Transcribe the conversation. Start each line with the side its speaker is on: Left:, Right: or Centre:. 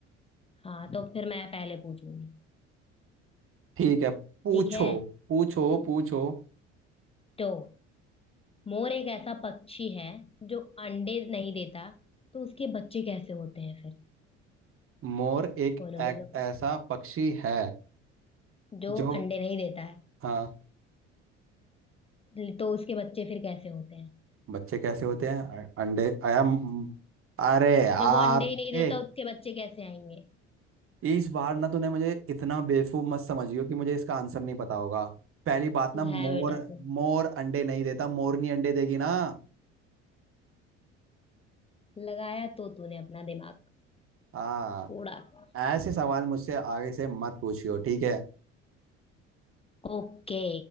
Left: हाँ तो फिर मैं पहले पूछूंगी
Right: ठीक है पूछो
Left: ठीक है
Right: पूछो पूछो
Left: तो मोर एक ऐसा पक्षी है जो अंडे नहीं देता तो उसके बच्चे कैसे होते हैं फिर
Right: मोर एक,
Left: बोलो
Right: एक
Left: बोलो बोलो
Right: ऐसा पक्षी है
Left: जो
Right: जो
Left: अंडे नहीं देता
Right: हाँ
Left: है तो उसके बच्चे फिर कैसे होते हैं
Right: बच्चे कैसे होते हैं अ- अंडे आया म- अरे यार
Left: जब वो अंडे ही नहीं
Right: एक
Left: देता उसके बच्चे कैसे आएंगे
Right: इस बार ना तूने मुझे इतना बेवकूफ मत समझियो कि मुझे इसका आंसर नहीं पता होगा पहली बात
Left: तू
Right: ना मोर
Left: है बेटा तू
Right: मोर अंडे नहीं देता मोरनी अंडे देगी ना
Left: लगाया तो तूने अपना दिमाग
Right: हाँ
Left: थोड़ा सा
Right: ऐसे सवाल मुझसे आगे से मत पूछियो ठीक है
Left: ओके